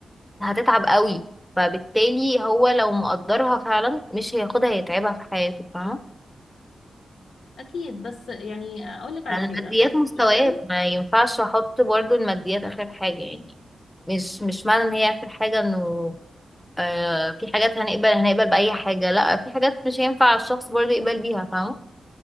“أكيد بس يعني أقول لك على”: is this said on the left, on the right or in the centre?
Left